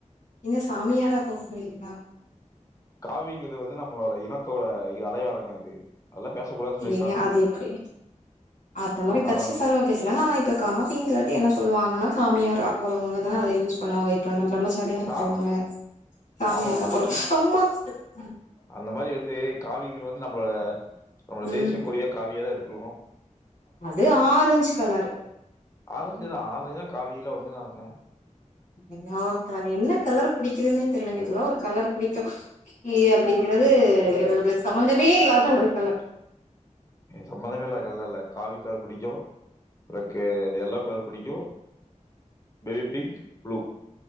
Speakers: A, on the left; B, on the left.
A: என்ன சாமியாரா போக போறீங்களா
B: காவிங்கறது வந்து நம்மளோட இனத்தோட அடையாளங்க அது அதெல்லாம் பேசக்கூடாதுன்னு சொல்லியிருக்காங்க
A: ஏங்க அது எப்படி அந்த மாரி
B: அதனால
A: கச்சி
B: வந்து-
A: சார்வா பேசலாங்க ஆனா இப்ப காவிங்க து என்ன சொல்லுவாங்கன்னா சாமியாரா போறவங்க தா அத யூஸ் பண்ணுவாங்க இப்ப பிரம்மசா சாரியா இருக்கிறவங்க
B: சா
A: சாமியாரா
B: ஆமா
A: போறவங் <unintelligible>
B: அந்த மாரி வந்து காவிங்கறது வந்து நம்ம நம்ளோட
A: ம்
B: தேசியக்கொடியா காவியாதா இருக் <unintelligible>
A: அது ஆரஞ்ச் கலர்
B: ஆரஞ்சுதா ஆரஞ்சுதா காவிலா ஒண்ணுதாங்க
A: என்னவோ கலர்ங்க என்ன கலர் புடிக்குதுன்னே தெரியலங்க இதெல்லா ஒரு கலர் பிடிக்கு எ அப்படிங்கறது ஒரு சம்பந்தமே இல்லாத ஒரு கல
B: சம்பந்தமே இல்லாத கலர் இல்ல காவி கலர் புடிக்கு பிறக்கு எல்லோ கலர் புடிக்கு பேபிங்க் ப்ளூ